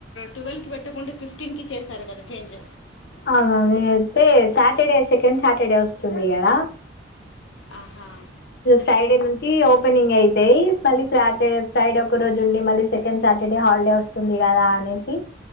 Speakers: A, on the left (about 80°); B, on the left (about 60°).
A: ట్వెల్వ్ కి పెట్టకుండా ఫిఫ్ <unintelligible> చేశారు కదా చేంజ్
B: అవున అయితే సాటర్డే సెకండ్ సాటర్డే వస్తుంది కదా
A: ఆహా
B: ఫ్రైడే నుంచి ఓపెనింగ్ అయితయి మళ్ళీ సాటర్డే ఫ్రైడే ఒక రోజు ఉండి మళ్ళీ సెకండ్ సాటర్డే హాలిడే వస్తుంది కదా అనేసి